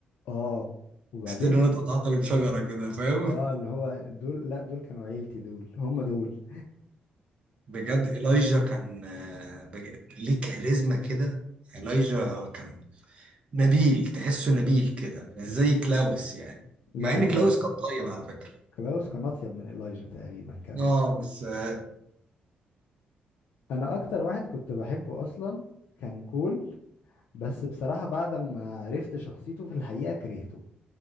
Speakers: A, on the left; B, on the right.
A: اه وبعدين
B: حسيت ان انا اتقطعت من شجره كده فاهم
A: اه اللي هو دول لا دول كانوا عيلتي دول هم دول
B: بجد إيلايجا كان آه، بج... ليه كاريزما كده إيلايجا كان نبيل تحسه نبيل كده مش زي كلاوس يعني
A: لا
B: مع ان
A: انا
B: كلاوس كان طيب على فكرة
A: كلاوس كان اطيب من إلايجا تقريبا كمان
B: اه بس آه،
A: انا اكتر واحد كنت بحبه اصلا كان كول بس بصراحة بعد ما عرفت شخصيته في الحقيقة كرهته